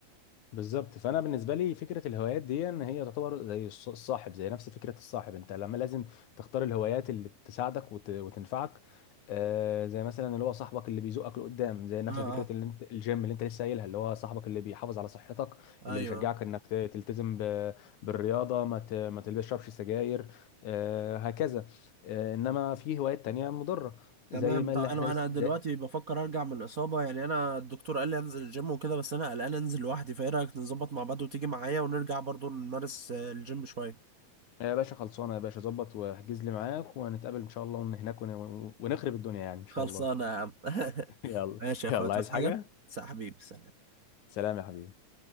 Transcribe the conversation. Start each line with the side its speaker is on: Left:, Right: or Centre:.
Left: بالظبط فانا بالنسبه لي فكره الهوايات دي ان هي تعتبر زي الص- الصاحب زي نفس فكره الصاحب انت لما لازم تختار الهوايات اللي تساعدك وت... وتنفعك آه زي مثلا اللي هو صاحبك اللي بيزقك لقدام زي نفس
Right: اه
Left: فكره
Right: اه
Left: اللي انت الجيم اللي انت لسه قايلها اللي هو صاحبك اللي بيحافظ على صحتك
Right: ايوه
Left: اللي بيشجعك انك ت- تلتزم ب... بالرياضه ما ت... ما تشربش سجاير آه هكذا آه انما في هوايات تانية مضره
Right: تمام
Left: زي ما
Right: طب
Left: اللي
Right: انا
Left: احنا لسه
Right: انا دلوقتي بفكر ارجع من الاصابه يعني انا الدكتور قال لي انزل الجيم وكده بس انا قلقان انزل لوحدي فايه رايك نظبط مع بعض وتيجي معايا ونرجع برضو نمارس آه، الجيم شويه
Left: يا باشا خلصانه يا باشا ظبط واحجز لي معاك وهنتقابل ان شاء الله ون- هناك ون- ونخرب الدنيا يعني ان شاء
Right: خلصانه
Left: الله
Right: يا عم <laughs>
Left: <laughs> يلا
Right: ماشي يا
Left: يلا
Right: اخويا تصحى
Left: عايز حاجه
Right: حاجه سلام حبيبي سلام
Left: سلام يا حبيبي